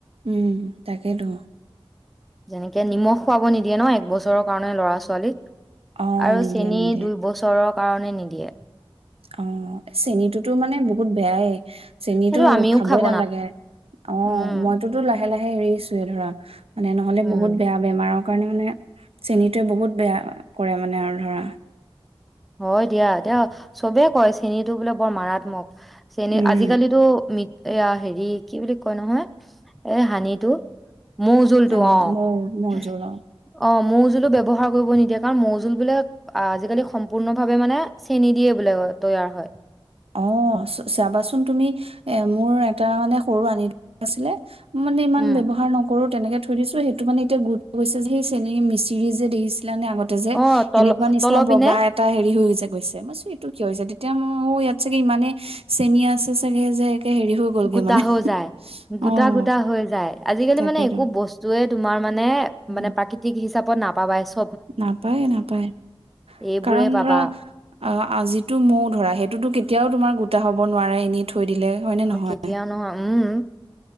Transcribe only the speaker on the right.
উম ', তাকেইতো
অ',
নিদিয়ে
নিদিয়ে।
অহ, চেনীটোতো মানে বহুত বেয়াই। চেনী
খাবই
নালাগে অহ
', মইতোতো লাহে লাহে এৰিছোয়ে ধৰা মানে নহলে
বহুত বেয়া বেমাৰক। কাৰণে মানে চেনীটোৱে বহুত বেয়া কৰে মানে আৰু ধৰা।
উম,
অ',
মৌ মৌজোল
অ'।
অহ 'চাবাচোন তুমি এ মোৰ এটা মানে সৰু আনি আছিলে। মানে ইমান
ব্যৱহাৰ নকৰো তেনেকে থৈ দিছো সেইটো মানে এতিয়া গুৰুত গৈ যে সেই চেনী মিচিৰি যে দে দিছে ছিলানে আগতে যে
সেনেকুৱা নিচিনা
বগা
এটা হেৰি হৈ যায়। গৈছে মইছ টো কি হৈছে তেতিয়া মোৰ ইয়াত। চাগে ইমানে চেণী আছে চাগে যে। হেৰি হৈ গ'লগে
মানে
অ',
তাকেতো
উম,
নাপায়, নাপায়।
কাৰণ
ধৰা আ-আজিটো মোৰ ধৰা, সেইটোতো কেতিয়াও তোমাৰ গোটা হ'ব নোৱাৰে এনে থৈ দিলে হয়নে,
নহয়?